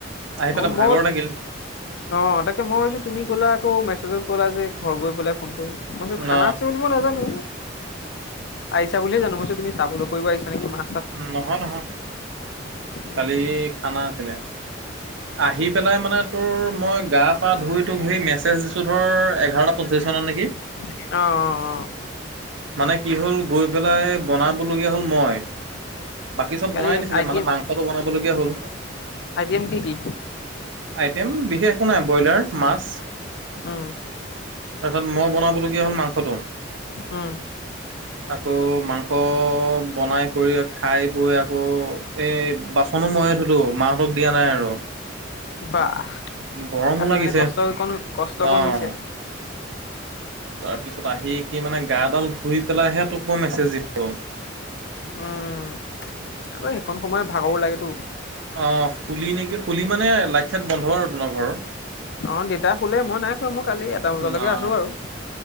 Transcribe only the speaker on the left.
অ',
ম
অ', তাকে মই ভাৱিছো তুমি কলা আকৌ মেছেজত ক'লা যে ঘৰ গৈ পেলাই ফোন কৰিম। মই চো
খানা আছে বুলি মই নাজানো আহিছা বুলিয়ে জানো, মইছো তুমি চাবলৈ কৰিব আহিছা নেকি মা
উম
অ', অ',
কালি
আই
টি এম
আই টি এম কি কি
উম
অ',
বাহ
কালি
মানে কষ্ট অকণ কষ্ট অকণ
হৈছে
উম, আকৌ সেইখন সময় ভাগাব লাগেতো
অ', দেতা শুলে, মই নাই শুৱা, মই কালি এটা
বজালৈকে আছো বাৰু